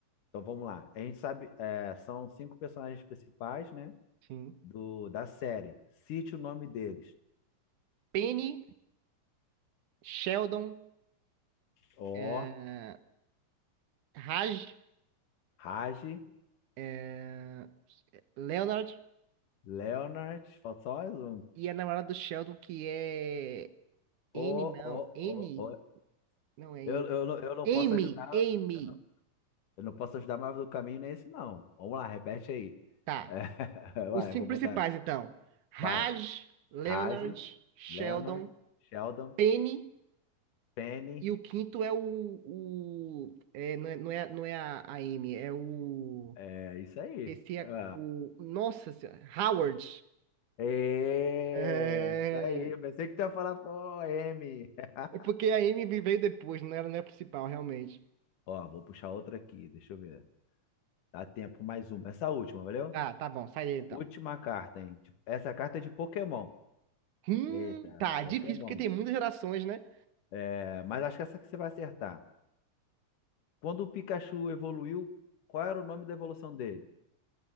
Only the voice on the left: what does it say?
Então vamos lá. A gente sabe, é, são cinco personagens principais, né?
Do, da série. Cite o nome deles.
o
Raj,
Leonard. Falta só mais um.
O,
o,
o,
Eu,
eu, não- eu não
posso ajudar.
Eu não, eu não posso ajudar, mas o caminho não é esse, não. Vamos lá, repete aí.
É, <laughs> vai,
eu vou botar.
Vai.
Raj,
Leonard, Sheldon,
Penny.
É isso aí.
Ah,
é
isso aí. Pensei que tu ia falar, pô, M. <laughs>
Ó, vou puxar outra aqui. Deixa eu ver. Dá tempo mais uma. Essa última, valeu?
Última carta, hein? Essa carta é de Pokémon.
Eita,
Pokémon.
É, mas acho que essa que você vai acertar. Quando o Pikachu evoluiu, qual era o nome da evolução dele?